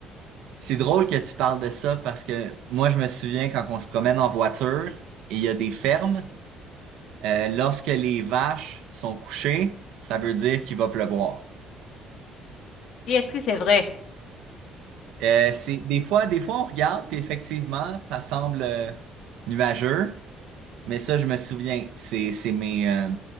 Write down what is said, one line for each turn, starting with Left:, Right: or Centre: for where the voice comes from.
Right: c'est drôle que tu parles de ça parce que moi, je me souviens quand on se promène en voiture et il y a des fermes, euh, lorsque les vaches sont couchées, ça veut dire qu'il va pleuvoir.
Left: Et est-ce que c'est vrai?
Right: Euh, c'est des fois, des fois on regarde puis effectivement, ça semble euh, nuageux, mais ça, je me souviens, c'est c'est mes euh,